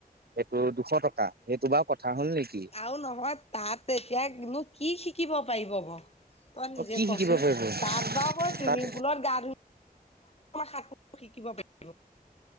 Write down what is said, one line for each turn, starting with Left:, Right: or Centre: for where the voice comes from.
Right: এইটো দুশ টকা সেইটো বাৰু কথা হ'ল নেকি
Left: আৰুও নহয় তাত এতিয়া কিন্তু কি শিকিব পাৰিব বাৰ তই নিজে
Right: অ কি শিকিব
Left: কচোন
Right: পাৰিব
Left: তাত বাৰু কই চুইমিং
Right: তাত
Left: পুলত গা ধু শাক শিকিব পাৰিব